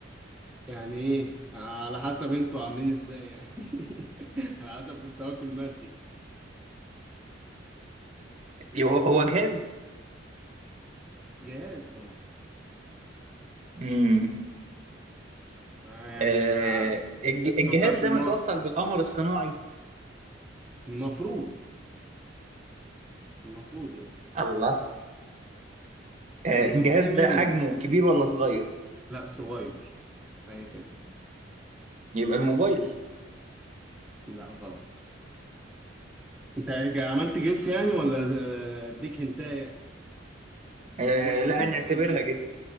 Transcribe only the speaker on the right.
يو- هو جهاز
امم
آه،
الج-
الجهاز ده
متوصل
بالقمر الصناعي
الله آه،
الجهاز
ده حجمه كبير ولا صغير
يبقى الموبايل
آه
لا نعتبرها
كده